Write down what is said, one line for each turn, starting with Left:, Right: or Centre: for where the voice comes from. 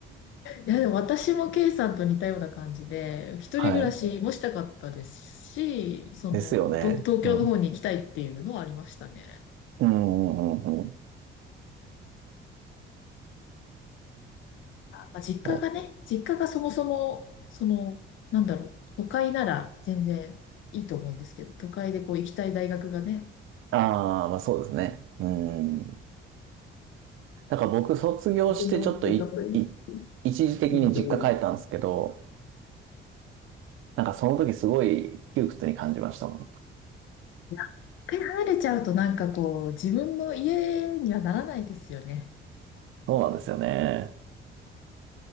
Left: いや、でも私も K さんと似たような感じで、一人暮らしもしたかったですし、
Right: はい。
Left: その、
Right: ですよね。
Left: 東、東京の方に行きたいっていうのはありましたね。
Right: うん。うんうんうんうん。
Left: あ、まあ、実家がね、
Right: そう
Left: 実家がそもそも、その、なんだろう、都会なら全然いいと思うんですけど、都会でこう行きたい大学がね、
Right: ああ、まあそうですね。うん。だから僕卒業してちょっとい、
Left: 卒業してどこ行っ
Right: い、一時的に実家帰ったんですけど、
Left: てみよう
Right: なんかその時すごい窮屈に感じましたもん。
Left: いや、一回離れちゃうとなんかこう、自分の家にはならないですよね。
Right: そうなんですよね。